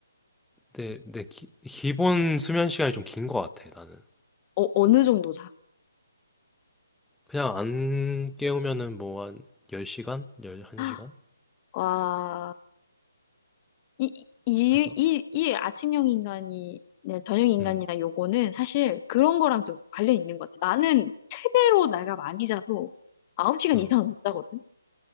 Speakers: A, in the centre; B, on the left (about 25°).
A: 내, 내 기, 본 수면 시간이 좀 긴 것 같아, 나는.
B: 어, 어느 정도 자?
A: 그냥 안 깨우면은 뭐 한 열 시간 열 한
B: <gasps>
A: 시간
B: 와, 이, 이,
A: 그래서
B: 이, 이 아침형 인간이, 네, 저녁 인간이나
A: 음.
B: 요거는 사실 그런 거랑 좀 관련이 있는 것 같아. 나는 최대로 내가 많이 자도 9시간
A: 어.
B: 이상은 못 자거든?